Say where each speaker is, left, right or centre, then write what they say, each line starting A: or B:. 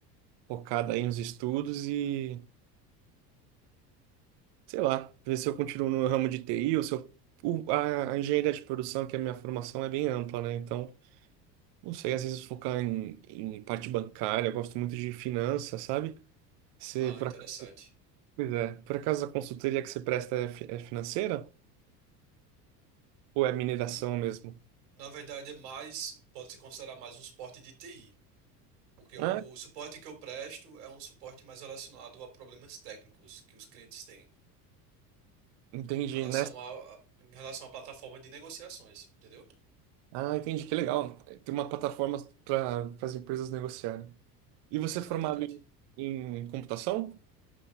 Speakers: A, on the right; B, on the right.
A: focada aí nos estudos e, sei lá, ver se eu continuo no ramo de TI ou se eu. o- a, a engenharia de produção, que é a minha formação, é bem ampla, né? Então, não sei, às vezes focar em, em parte bancária, eu gosto muito de finanças, sabe? Você,
B: Ah,
A: por
B: interessante.
A: acaso, pois é, por acaso a consultoria que você presta é, fi- é financeira ou é mineração
B: N-
A: mesmo?
B: Na verdade, é mais, pode se considerar mais um suporte de TI. Porque o
A: Ah,
B: suporte que eu presto é um suporte mais relacionado a problemas técnicos que os clientes têm
A: entendi,
B: em relação
A: né?
B: a, em relação à plataforma de negociações, entendeu?
A: Ah, entendi, que legal. Tem uma plataforma para as empresas negociarem. E você
B: Exatamente.
A: é formado em, em computação?